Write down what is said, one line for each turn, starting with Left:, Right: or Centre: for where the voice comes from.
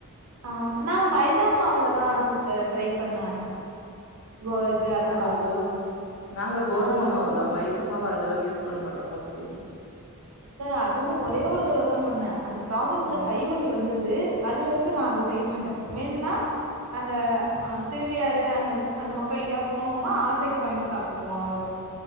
Right: ஆ நா மைதாமாவுல தா சிஸ்டர் ட்ரை பண்ண கோ இது அல்வா.
Left: நாங்க கோதும் நாங்க கோதும
Right: ஆ
Left: மாவு தா மைதா மாவு அந்த அளவுக் யூஸ் பண்ண மாட்டோ மோஸ்லி
Right: சிஸ்டர் அதுவு ஒரே ஒரு தடவ தாம்பண்ணே அந்த ப்ராசஸ்ல
Left: ஆ
Right: கைவலி வந்துது அதுலர்ந்து நா அத செய்ய மாட்ட வேன்னா அந்த அ திருவியாறு அந்தப அந்தபக்கொ எங்கியாவ் போனோம்னா ஆசைக்கு வாங்கி சாப்ட்டுக்குவோ அவ்வளோதா